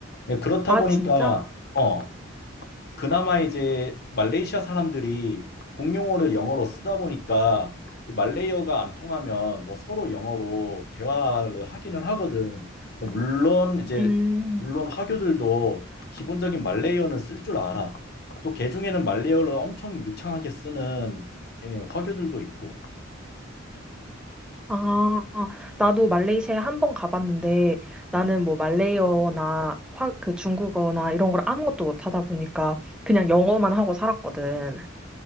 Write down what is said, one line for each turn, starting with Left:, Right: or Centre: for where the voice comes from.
Left: 네, 그렇다
Centre: 아,
Left: 보니까
Centre: 진짜?
Left: 어, 그나마 이제 말레이시아 사람들이 공용어를 영어로 쓰다 보니까 이제 말레이어가 안 통하면 뭐 서로 영어로 대화를 하기는 하거든. 근데 물론 이제
Centre: 음.
Left: 물론 화교들도 기본적인 말레이어는 쓸 줄 알아. 또 개중에는 말레이어를 엄청 유창하게 쓰는 예, 화교들도 있고.
Centre: 아, 나도 말레이시아에 한 번 가봤는데 나는
Left: 어.
Centre: 뭐 말레이어나 화, 그 중국어나 이런 걸 아무것도 못하다 보니까 그냥 영어만 하고 살았거든.